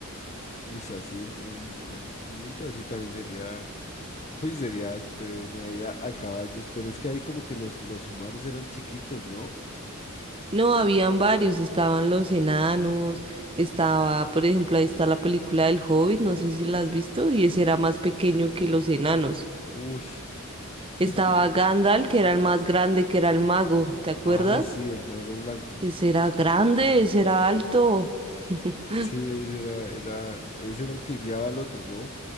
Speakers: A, on the left; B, on the right.
A: Uy, así en un, un, un mundo así también sería, uy, sería pero uno ahí a, a caballos. Pero es que ahí como que los, los humanos eran chiquitos, ¿no?
B: No, habían varios, estaban los enanos, estaba, por ejemplo, ahí está la película del Hobbit, no sé si la has visto, y ese era más pequeño que los enanos.
A: Uy.
B: Estaba
A: <laughs>
B: Gandalf, que era el más grande, que era el mago, ¿te acuerdas?
A: Ah, sí, el mago blanco.
B: Ese era grande, ese era alto. <laughs>
A: Sí, ese era, era, ese era el que guiaba al otro, ¿no?